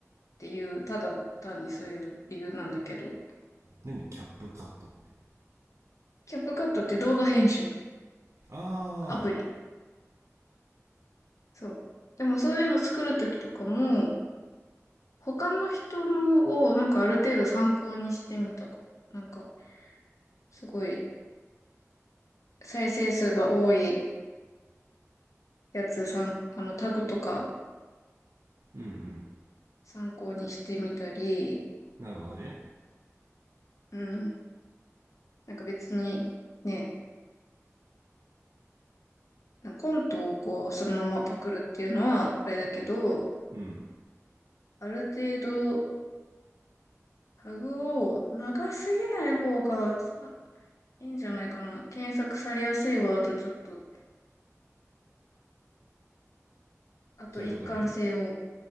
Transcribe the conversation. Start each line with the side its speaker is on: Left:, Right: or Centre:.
Left: ていう、ただ単にそういう理由なんだけど、
Right: 何キャップカットって。
Left: キャップカットって動画編集の
Right: ああ、
Left: アプリ。そう。でもそういうの作るときとかも、他の人のをなんかある程度参考にしてみたか。なんか、すごい再生数が多いやつさん、あのタグとか
Right: うんうん。
Left: 参考にしてみたり、
Right: なるほどね。
Left: うん。なんか別にね、コントをこう、そのままパクるっていうのは、あれだけど、
Right: うん。
Left: ある程度、タグを長すぎない方がさいいんじゃないかな。検索されやすいワードちょっと、あと一貫性を、
Right: そういうことね。